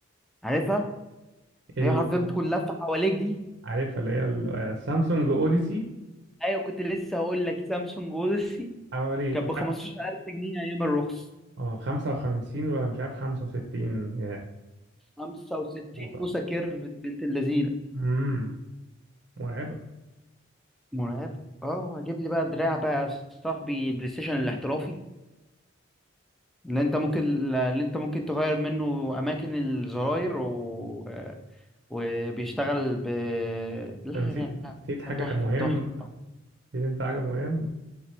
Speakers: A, in the centre; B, on the right.
A: عارفها
B: ال-
A: هي حرفيا بتكون لافه حواليك دي
B: عارفها اللي هي ال- آه، سامسونج اوديسي
A: ايوه كنت لسه هقول لك سامسونج اوديسي
B: حوالي
A: كانت
B: مش
A: ب 15000
B: عارف
A: جنيه ايام الرخص
B: اه 55 ولا مش عارف 65
A: 65
B: بوصه
A: بوصه كيرف بنت اللذينه
B: امم مرعبه
A: مرعب اه هجيب لي بقى دراع بقى يا صاحبي بلاي ستيشن الاحترافي اللي انت ممكن اللي انت ممكن تغير منه اماكن الزراير و... آه، وبيشتغل ب لا
B: أنا
A: لا
B: نسيت
A: لا،
B: نسيت حاجه
A: تحفه
B: مهمه
A: تحفه
B: نسيت انت حاجة مهم